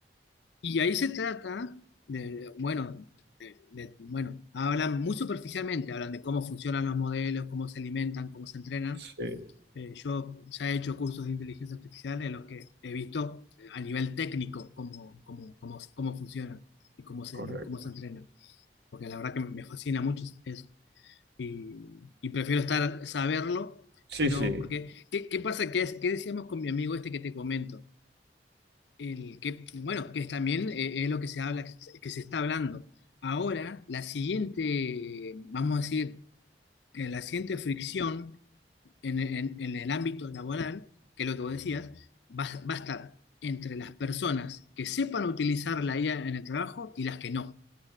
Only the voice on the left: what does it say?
Y ahí se trata de, bueno, de- de- bueno, hablan muy superficialmente, hablan de cómo funcionan los modelos, cómo se alimentan, cómo se entrenan.
Eh, yo ya he hecho cursos de inteligencia artificial en los que he visto eh, a nivel técnico cómo, cómo, cómo, cómo funcionan y cómo se,
cómo se entrenan, porque la verdad que me fascina mucho eso. Y, y prefiero estar, saberlo
que no,
porque ¿qué, qué pasa? ¿Qué, qué decíamos con mi amigo este que te comento? El que, bueno, que es también eh, es lo que se habla, que se está hablando. Ahora, la siguiente, vamos a decir, eh, la siguiente fricción en, en- en el ámbito laboral, que es lo que vos decías, va, va a estar entre las personas que sepan utilizar la IA en el trabajo y las que no.